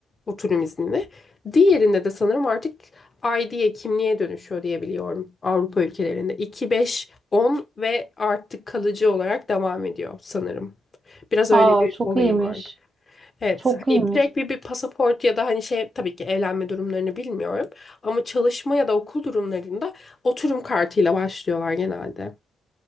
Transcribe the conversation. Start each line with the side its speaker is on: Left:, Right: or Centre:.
Left: oturum iznini. Diğerinde de sanırım artık ID'ye, kimliğe dönüşüyor diye biliyorum Avrupa ülkelerinde. 2, 5, 10 ve artık kalıcı olarak devam ediyor sanırım. Biraz öyle
Right: Aa
Left: bir
Right: çok
Left: olayı
Right: iyiymiş.
Left: var. Evet,
Right: Çok
Left: hani
Right: iyiymiş.
Left: direkt bir, bir pasaport ya da hani şey tabii ki evlenme durumlarını bilmiyorum. Ama çalışma ya da okul durumlarında oturum kartıyla başlıyorlar genelde.